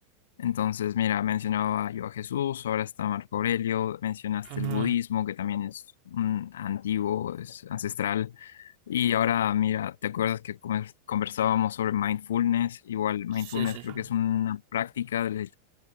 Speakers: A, on the left (about 60°); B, on the right (about 45°).
A: Entonces, mira, mencionaba yo a Jesús, ahora está Marco Aurelio, mencionaste
B: Ujú.
A: el budismo, que también es mm, antiguo, es ancestral. Y ahora, mira, ¿te acuerdas que come- conversábamos sobre mindfulness? Igual, mindfulness
B: Sí, sí,
A: creo
B: sí.
A: que es una práctica, de la-